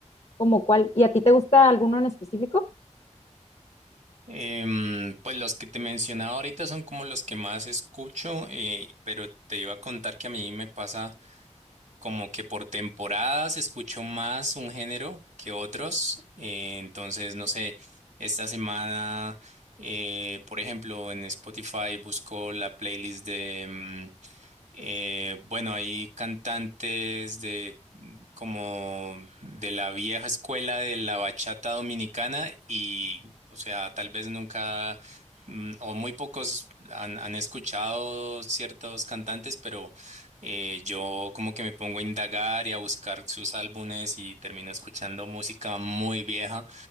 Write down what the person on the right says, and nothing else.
Em, pues los que te mencionaba ahorita son como los que más escucho, eh, pero te iba a contar que a mí me pasa como que por temporadas escucho más un género que otros. eh, entonces, no sé, esta semana, eh, por ejemplo, en Spotify busco la playlist de, mm, eh, bueno, hay cantantes de como de la vieja escuela de la bachata dominicana y, o sea, tal vez nunca mm, o muy pocos han, han escuchado ciertos cantantes, pero eh, yo como que me pongo a indagar y a buscar sus álbumes y termino escuchando música muy vieja